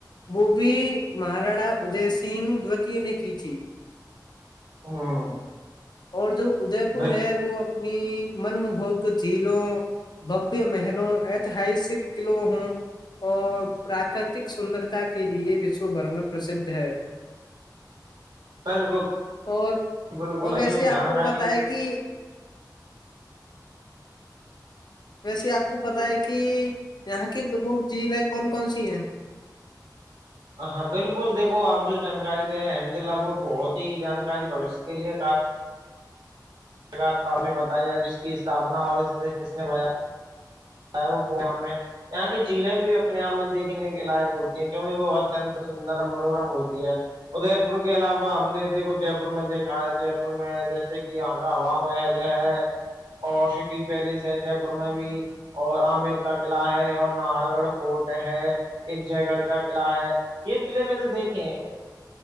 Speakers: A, on the left (about 70°); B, on the right (about 85°).
A: وہ بھی مہاراڑا ادے سنگ دوتییہ نے کی تھی
B: ہاں
A: اور جو ادے پور
B: بال
A: ہے وہ اپنی من موہک جھیلوں ببیہ محلوں ایتہاسک قلو ہوں اور پراکرتک سندرتا کے لیے وشو بھر میں پرسدھ ہے
B: بالکل
A: اور
B: بالکل
A: وہ ویسے
B: جو جانکاری
A: آپ کو پت ہے کہ ویسے آپ کو پتا ہے کہ یہاں کی پرمکھ جضلیں کون کون سی ہیں
B: ہ ہاں بالکل دیکو آپ جو جانکاری رہیں ہیں احمد اللہ ب بہت ہی جانکاری بوشیہ کے لیے سکار سامنے بتایا جس کی استھپنا اور اسے کس نے بیا س میں یہاں کی جھیلیں بھی اپنے آپ میں دیکھنے کے لائق ہوتی ہیں کیونکہ وہ اتنت سندر اور منورم ہوتی ہے ادے پور کے علاوہ ہم نے دیکھو جے پور میں دیکھا ہے جے پور میں جیسے کہ یہاں کا عوام محل ہے اور سٹی پیلس ہے جے پور میں بھی اور عمر کا قلع ہے اور نہاہر گڑھ فورٹ ہے ایک جے گڑھ کا قلع ہے یہ قلعے میں نے دیکھے ہیں